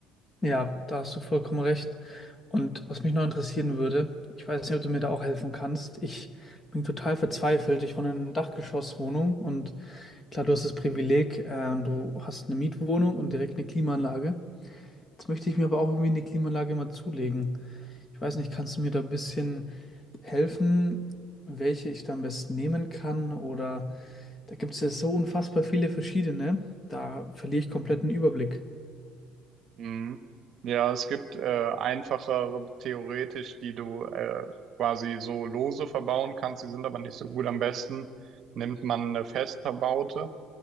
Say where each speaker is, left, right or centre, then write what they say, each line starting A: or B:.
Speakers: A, on the left (about 20°); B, on the right (about 45°).
A: Ja, da hast du vollkommen recht. Und was mich noch interessieren würde, ich weiß nicht, ob du mir da auch helfen kannst. Ich bin total verzweifelt. Ich wohne in einer Dachgeschosswohnung und Klar, du hast das Privileg, ähm, du hast eine Mietwohnung und direkt eine Klimaanlage. Jetzt möchte ich mir aber auch irgendwie eine Klimaanlage mal zulegen. Ich weiß nicht, kannst du mir da ein bisschen helfen, welche ich da am besten nehmen kann? Oder da gibt es ja so unfassbar viele verschiedene. Da verliere ich komplett den Überblick.
B: Mhm. Ja, es gibt äh, einfachere theoretisch, die du äh, quasi so lose verbauen kannst. Die sind aber nicht so gut. Am besten nimmt man eine fest verbaute.